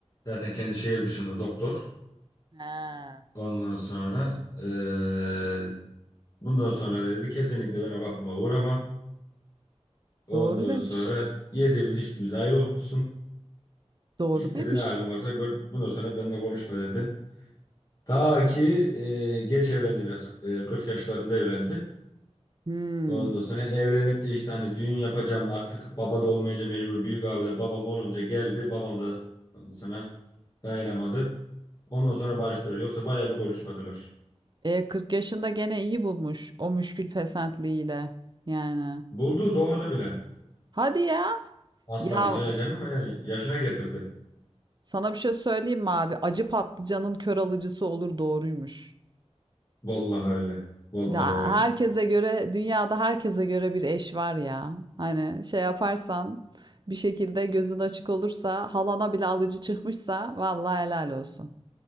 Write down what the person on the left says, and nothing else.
Zaten kendi şehir dışında doktor.
Ondan sonra eee, bundan sonra dedi kesinlikle benim kapıma uğrama. Ondan
sonra yediğimiz içtiğimiz ayrı olsun.
Git
dedi ne halin varsa gör. Bundan sonra benimle konuşma dedi. Ta ki eee, geç evlendi biraz. Eee, 40 yaşlarında evlendi.
Ondan sonra evlenip de işte hani düğün yapacağım artık baba da olmayınca mecbur büyük abi de babam olunca geldi. Babam da ondan sonra dayanamadı. Ondan sonra barıştılar. Yoksa bayağı bir konuşmadılar.
Buldu doğurdu bile.
Aslanım
he canım he yaşına getirdi.
Vallahi öyle. Vallahi
öyle.